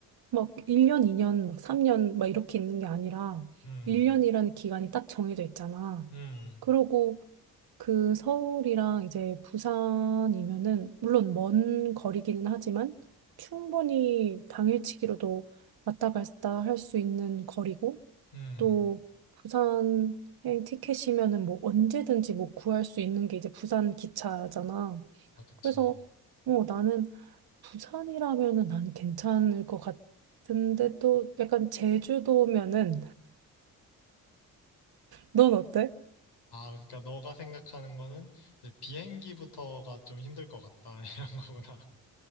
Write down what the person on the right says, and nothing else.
막 1년, 2년, 막 3년 막 이렇게 있는 게 아니라
1년이라는 기간이 딱 정해져 있잖아.
그러고 그 서울이랑 이제 부산이면은 물론 먼 거리기는 하지만 충분히 당일치기로도 왔다 갔다 할 수 있는 거리고
또 부산 여행 티켓이면은 뭐 언제든지 뭐 구할 수 있는 게 이제 부산 기차잖아.
그래서 어 나는 부산이라면은 난 괜찮을 것 같은데 또 약간 제주도면은 넌 어때?